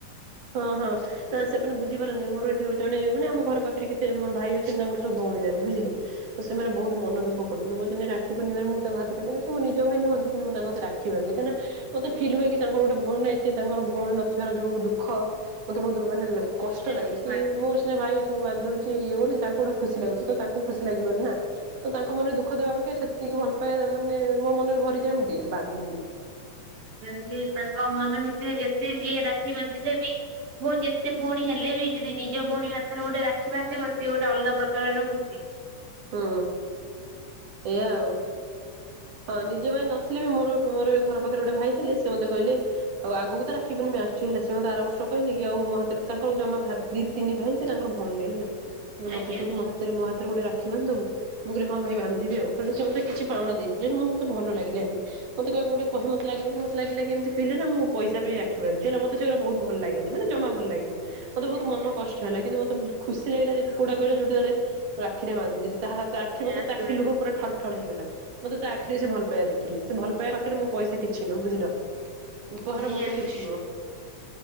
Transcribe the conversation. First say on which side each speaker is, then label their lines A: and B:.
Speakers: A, on the right; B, on the right.
A: ହଁ ହଁ। ନା ସେମାନେ ବୁଝିପାରନ୍ତି ମୋର ଏଠିଉ ଜଣେ ମାନ ଆମ ଘର ପାଖରେ କେତେ ମୋର ଭାଇ ଅଛନ୍ତି ତାଙ୍କର ସବୁ ଭଉଣୀ ନାହାନ୍ତି ବୁଝିଲେ? ତ ସେମାନେ ବହୁତ ମନ ଦୁଃଖ କରୁଛନ୍ତି କହୁଛନ୍ତି ରାକ୍ଷୀ ପୂର୍ଣ୍ଣିମୀରେ ମୁଁ ତାଙ୍କ ହାତରେ ମାନେ ସେ ମୋ ନିଜ ଭାଇ ନୁହନ୍ତି କି ମୁଁ ତାଙ୍କ ହାତରେ ରାକ୍ଷୀ ଦେଖିଆନ୍ତି କାହିଁକି ମତେ ଫିଲ ହୁଏ କି ତାଙ୍କର ଗୋଟେ ଭଉଣୀ ନାଇଁ ସେ ତାଙ୍କର ଭଉଣୀ ନଥିବାର ଯଉ ଦୁ ଖ ମତେ ବହୁତ ମାନେ କଷ୍ଟ
B: ଯେମିତି
A: ଲାଗେ କି ମୋର ସିନା ଭାଇ ଅଛି ମୁଁ ବାନ୍ଧି ଦଉଛି ଇଏ କରୁଛି ତାଙ୍କୁ ଗୋଟେ ଖୁସି ଲାଗୁଛି ତ ତାଙ୍କୁ ଖୁସି ଲାଗିବନି ନା। ତ ତାଙ୍କ ମନରେ ଦୁଃଖ ଦେବା ଅପେକ୍ଷା ସେତିକି ଭଲ ପାଇବା ମାନେ ମୋ ମନରେ ଭରିଯା ଦିଏ ଏମିତି ବାନ୍ଧେ।
B: <unintelligible> ହ ମନ ଭିତରେ ଯେତେ ଯିଏ ରାକ୍ଷୀ ବାନ୍ଧିଲେ ବି ଭଉଣୀ ଯେତେ ଭଉଣୀ ହେଲେ ବି ଯଦି ନିଜ ଭଉଣୀ ହାତରେ ଗୋଟେ ରାଖି ବାନ୍ଧିବ ସେ ଗୋଟେ ଅଲଗା ପ୍ରକାରର ଖୁସି।
A: ହୁଁ ଏଇଆ ଆଉ। ହଁ ନିଜ ଭାଇ ନଥିଲେ ବି ମୋର ମୋର ଘର ପାଖରେ ଗୋଟେ ଭାଇ ଥିଲେ ସେ ମତେ କହିଲେ ଆଉ ଆଗକୁ ତ ରାକ୍ଷୀ ପୂର୍ଣିମା ଆସୁଛି ହେଲା ସେ ମତେ ଆର ବର୍ଷ କହିଲେ କି ଆଉ ମ ହାତରେ ତାଙ୍କର ଯ ଜମା ଭାବି ଦି ତିନି ଭାଇ ସେ ତାଙ୍କର ଭଉଣୀ ନାଇଁ ହେଲା ମତେ
B: ଆଜ୍ଞା
A: କହିଲେ ମୋ ହାତରେ ମୋ ହାତରେ ଗୋଟେ ରା ଦେଖିବା ବାନ୍ଧିବୁ ମୁଁ କହିଲି ହଁ ଭାଇ ବାନ୍ଧିବି ଆଉ ସେଠୁ ସେ ମତେ କିଛି ପାଉଣା ଦେଇଥିଲେ ମୋତେ ଭଲ ଲାଗିଲାନି। ମତେ କାହାକୁ ଗୋଟେ କହି ମତେ ଲାଗିଲା ମତେ ଲାଗିଲା କେମିତି ଫିଲ୍ ହେଲା ମୁଁ ପଇସା ପାଇଁଁ ରାକ୍ଷୀ ବାନ୍ଧୁଛି ହେଲା ମତେ ସେଗୁରା ବହୁତ ଭଲ ଲାଗେନି ମାନେ ଜମା ଭଲ ଲାଗେନି ମତେ ବହୁତ ମନ କଷ୍ ହେଲା କିନ୍ତ ମୋତେ ଖୁସି ଲାଗିଲା ଯେତି କୋଉଟା କହିଲ ଯୋଉଟଲେ ମୁ ରାକ୍ଷୀଟା ବାନ୍ଧି ତାହା ରାକ୍ଷୀ <unintelligible>
B: ଆଜ୍ଞା
A: ଲୁହ ପାଠଲ। ଠଳ ହେଇଗଲା ମତେ ତା ଆଖରେ ସେ ଭଲ ପାଇବା ଦେଖିଲି ସେ ଭଲ ପାଇବା ପାଖରେ ମୋ ପଇସା କିଛି ନୁହଁ ବୁଝିଲ? ଉପହାର
B: ନିହାତି
A: ମୋ ପାଇଁ କିଛି ନୁହଁ